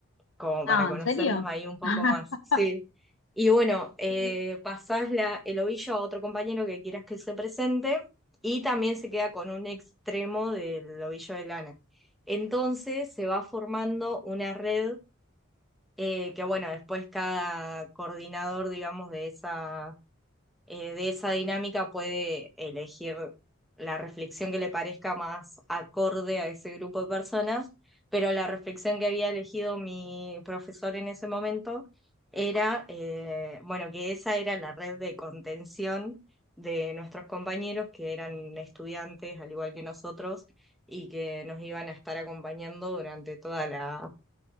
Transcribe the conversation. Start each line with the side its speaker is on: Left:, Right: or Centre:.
Centre: como para
Left: Ah,
Centre: conocernos
Left: ¿en serio?
Centre: ahí un poco
Left: <laughs>
Centre: más, sí. Y bueno, eh,
Left: Sí,
Centre: pasás la, el ovillo a otro compañero que quieras que se presente y también se queda con un extremo del ovillo de lana. Entonces se va formando una red eh, que bueno, después cada coordinador, digamos, de esa eh, de esa dinámica puede elegir la reflexión que le parezca más acorde a ese grupo de personas, pero la reflexión que había elegido mi profesor en ese momento era, eh, bueno, que esa era la red de contención de nuestros compañeros que eran estudiantes al igual que nosotros y que nos iban a estar acompañando durante toda la,